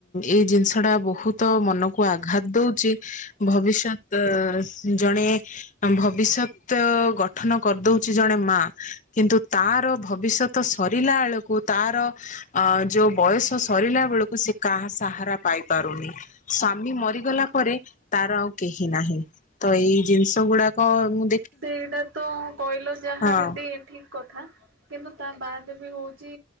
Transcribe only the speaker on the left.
ଏଇ ଜିନିଷଟା ବହୁତ ମନକୁ ଆଘାତ ଦଉଚି ଭବିଷ୍ୟତ ଜଣେ ଭବିଷ୍ୟତ ଗଠନ କରିଦଉଚି ଜଣେ ମା କିନ୍ତୁ ତାର ଭବିଷ୍ୟତ ସରିଲାଳକୁ ତାର ଅ ଯୋଉ ବୟସ ସରିଲା ବେଳକୁ ସେ କାହା ସାହାରା ପାଇପାରୁନି ସ୍ଵାମୀ ମରିଗଲା ପରେ ତାର ଆଉ କେହି ନାହିଁ ତ ଏଇ ଜିନିଷ ଗୁଡା କ ମୁଁ
ହଁ